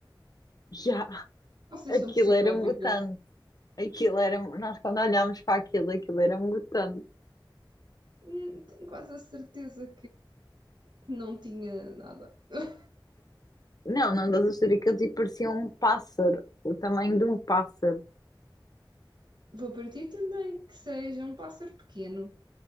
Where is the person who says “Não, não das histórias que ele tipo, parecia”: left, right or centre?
Left